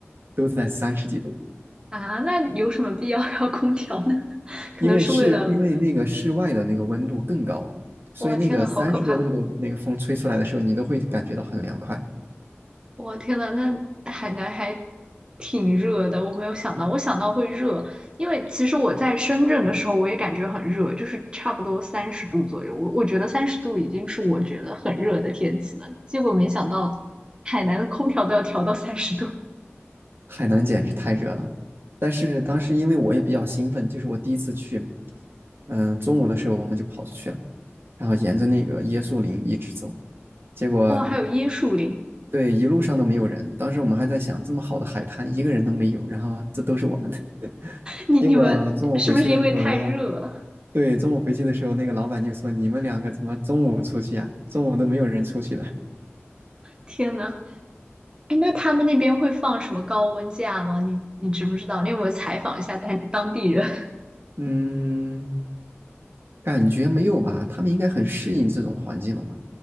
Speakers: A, on the right; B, on the right.
A: 都在三十几度，
B: <laughs> 啊？那有什么必要要空调呢？<laughs> 可能是为了，
A: 因为是因为那个室外的那个温度更高，所以那个三十多度的那个风吹出来的时候，
B: 哇，天呐，好可怕！
A: 你都会感觉到很凉快。
B: 我天呐，那海南还挺热的，我没有想到，我想到会热，因为其实我在深圳的时候我也感觉很热，就是差不多三十度左右，我我觉得三十度已经是我觉得很热的天气了，结果没想到海南的空调都要调到三十度。
A: 海南简直太热了，但是当时因为我也比较兴奋，就是我第一次去，嗯，中午的时候我们就跑出去了。然后沿着那个椰树林一直走，结果
B: 哇，还有椰树林，
A: 对一路上都没有人。当时我们还在想，这么好的海滩，一个人都没有，然后这都是我们的。<laughs>
B: 你你们是不是因为太热了？
A: 结果中午回去的时候，然后对中午回去的时候，那个老板就说：“你们两个怎么中午出去呀、中午都没有人出去的。”
B: 天呐，哎，那他们那边会放什么高温假吗？你你知不知道？你有没有采访一下当当地人？
A: 嗯，感觉没有吧？他们应该很适应这种环境了吧？